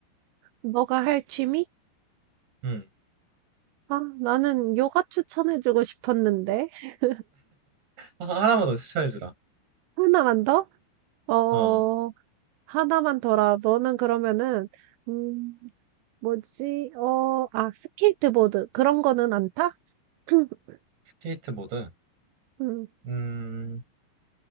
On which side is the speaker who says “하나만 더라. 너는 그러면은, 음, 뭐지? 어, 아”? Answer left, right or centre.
Right